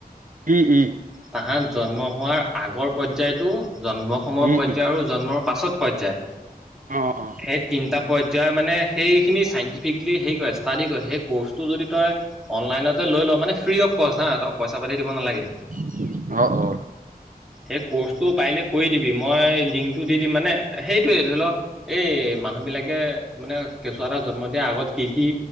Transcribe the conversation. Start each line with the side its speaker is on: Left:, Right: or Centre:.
Right: উম, উম।
Centre: তাহাত জন্ম হোৱাৰ আগৰ পৰ্যায়তো, জন্ম সময়ৰ
Right: উম
Centre: পৰ্যায়
Right: উম
Centre: আৰু জ জন্মৰ পাছত পৰ্যায়
Right: অঁ অঁ
Centre: সেই তিনিটা পদ তই মানে সেইখিনি চাইণ্টিফিকলি হেৰি কৰে ষ্টাডি কৰে সেই ক'ৰ্চটো যদি তই অনলাইনত তা লৈ ল মানে ফ্ৰী অফ কষ্ট হা ত পইচা পাতি দিব নালাগে
Right: কি <inaudible> অ অ
Centre: সেই কোৰ্চটো পাৰিলে, কৰি দিবি। মই লিংকটো দি দিম, মানে, সেইটোৱে ধৰি লও। এই মানুহবিলাকে, মানে, কেঁচুৱা এটা জন্ম দিয়াৰ আগত, কি কি